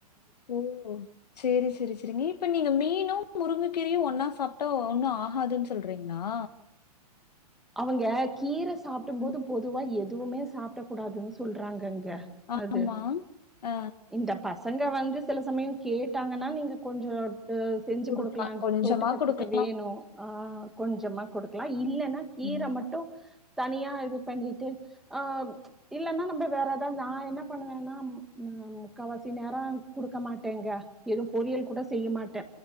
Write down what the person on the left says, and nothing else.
ஓ சேரி சேரி சரி நீ இப்ப நீங்க மீனு முருங்கக்கீரையு ஒன்னா சாப்ட்டா ஒன்னு ஆகாதுன் சொல்றீங்களா
ம்
ஆமா
ஆ
குடுக்கலா
கொஞ்சமா
குடுக்கலா
ம்